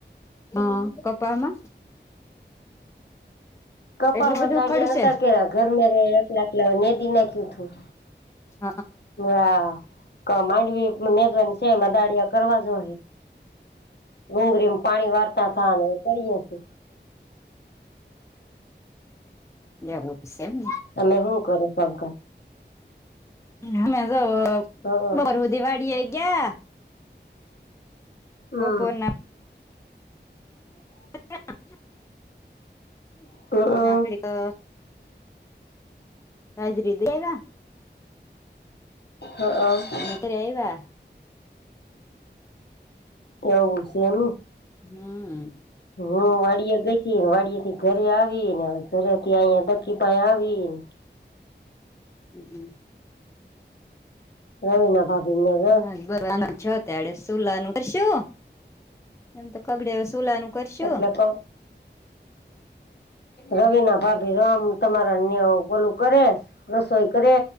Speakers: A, on the left; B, on the left.
A: હા કપામાં.
B: કપાસમાં
A: એટલું બધું
B: દાળયા
A: ખડશે
B: નતા કે ઘરમાં ર એકલાલા નદી નાખ્યું તું.
A: હ
B: હ કમાંડવી મદવાની છે મ દાડિયા કરવા જો. ડુંગળીમાં પાણી આપ થા ઘરીએશે.
A: એવું છે? એમ.
B: તમે શું કરો કામકાજ?
A: હમે તો
B: હ હમ
A: બરવ દી વાડી આગા
B: હમ
A: બહપર ના
B: <unintelligible>
A: <unintelligible>
B: <inaudible>
A: આખડીક અ હજરી દેવા
B: હ અ
A: નકર એ ઈ વાળા
B: એવું છે એમ
A: હમ્મ.
B: હું વાડીયા ગઈ ને વાડિયા થી ઘરે આવી ને ઘરેથી અહુંયા દકી પાય આવીને
A: હમ્મ હમ્મ.
B: હઓ ન હા ભી નવ
A: હા બ છ તડે સુલા નુ કરશું એમ તો કગડા સુલાનું કરશું
B: એટલે તો રવિ ના ભાભી રામ તમારાને ન્યા બોલું કરે રસોઈ કરે